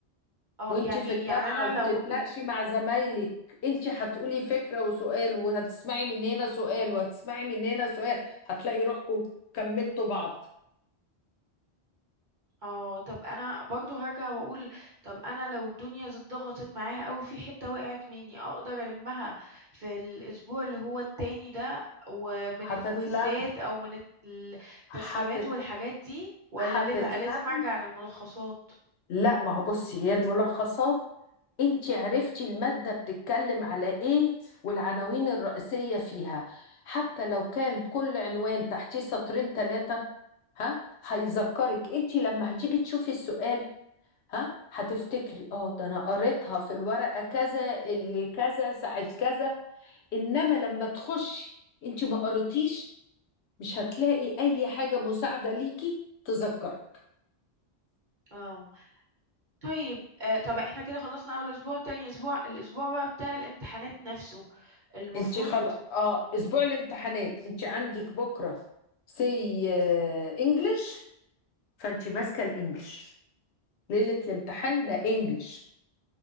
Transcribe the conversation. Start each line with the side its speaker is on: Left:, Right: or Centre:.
Right: اه
Left: وانت
Right: يعني
Left: في الجامعة
Right: يعني انا
Left: وبتتناقشي
Right: لو
Left: مع زمايلك انت هتقولي فكرة وسؤال وهتسمعي من هنا سؤال وهتسمعي من هنا سؤال هتلاقي روحكم كملتوا بعض
Right: اه طب انا برضو هرجع واقول طب انا لو الدنيا زت- ضغطت معايا قوي في حتة وقعت مني اقدر المها في الاسبوع اللي هو التاني ده ومن
Left: هتتلم
Right: الكويزات او من التسليمات
Left: هتت...
Right: والحاجات دي ولا
Left: هتتلم
Right: اللي بقى لازم ارجع للملخصات
Left: لا ما هو بصي هي الملخصات انت عرفتي المادة بتتكلم على ايه والعناوين الرئيسية فيها حتى لو كان كل عنوان تحتيه سطرين ثلاثة ها هيذكرك انت لما هتيجي تشوفي السؤال ها هتفتكري اه ده انا قريتها في الورقة كذا اللي كذا ساعة كذا انما لما تخشي انت ما قريتيش مش هتلاقي اي حاجة مساعدة ليكي تذكرك
Right: اه طيب آه طب احنا كده خلصنا اول اسبوع تاني اسبوع الاسبوع بقى بتاع الامتحانات نفسه المفروض
Left: انت خلاص اه اسبوع الامتحانات انت عندك بكره سي انجلش فانت ماسكه الانجلش ليله الامتحان ده انجلش